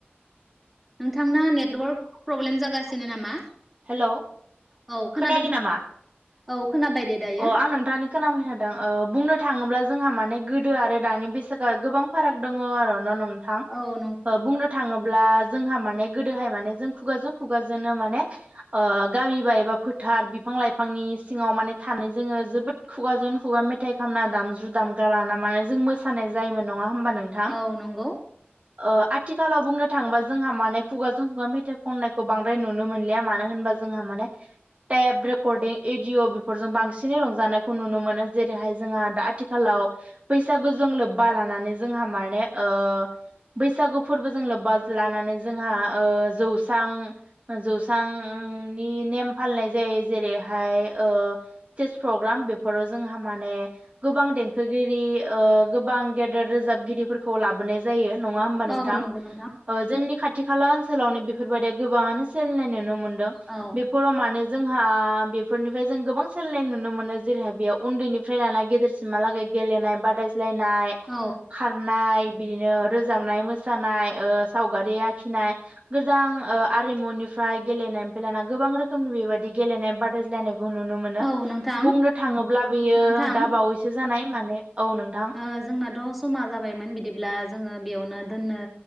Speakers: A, in the centre; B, on the right.
A: नोंथांना नेटवर्क प्रब्लेम जागासिनो नामा
B: हेल'
A: औ खोनादों
B: खोनायाखै नामा
A: औ खोनाबाय दे दायो
B: अ आं नोंथांनि खोनाबाय थादों बुंनो थाङोब्ला जोंहा माने गोदो आरो दानि बैसागोआ गोबां फाराग दङ आरो ना नों थां
A: औ नं
B: ओ बुंनो थाङो अब्ला जोंहा माने गोदोहाय माने जों खुगाजों खुगाजोंनो माने ओ गामि बा एबा फोथार बिफां लाइफांनि सिङाव माने थानानै जोङो जोबोद खुगाजों खुगा मेथाइ खामना दामजु दामग्रा लाना माने जों मोसानाय जायोमोन नङा होमबा नोंथां
A: औ नंगौ
B: ओ आथिखालाव बुंनो थाङोबा जोंहा माने खुगाजों खुगा मेथाइ खननायखौ बां द्राय नुनो मोनलिया मानो होनबा जोंहा माने टेब रिकर्दिं एदिअ फोरजों बांसिनै रंजानायखौ नुनो मोनो जेरैहाय जोंहा दा आथिखालाव बैसागुजों लोब्बा लानानै जोंहा माने ओ बैसागु फोरबोजों लोब्बा लानानै जोंहा ओ जौसां जौसांनि नेम फालिनाय जायो जेरैहाय ओ स्टेज प्रग्राम बेफोराव जोंहा माने गोबां देंखोगिरि ओ गोबां गेदेर रोजाबगिरिफोरखौ लाबोनाय जायो नङा होमबा नोंथां
A: औ नंगौ नोंथां
B: ओ जोंनि खा थि खाला ओनसोलावनो बेफोरबायदिया गोबाङानो सोलिनाय नु नो मोनदों
A: औ
B: बेफोराव मानो जोंहा बेफोरनिफ्राय जों गोबां सोलायनाय नुनो मोनो जेरैहाय बेयाव उन्दैनिफ्राय लाना गेदेरसिमहालागै गेलेनाय बादाय लायनाय
A: औ
B: खार नाय बिदिनो रोजाबनाय मोसानाय ओ सावगारि आखिनाय गोजाम ओ आरिमुनिफ्राय गेलेनाय फायलानानै गोबां रोखोमनि बेबायदि गेलेनाय बादायज्लायनायखौ नुनो मोनो
A: औ नोंथां
B: बुंनो थाङोब्ला बेयो
A: नोंथां
B: दा बावैसो जानाय माने औ नोंथां
A: ओ जोंना द समा जाबायमोन बिदिब्ला जोङो बेयावनो दोननो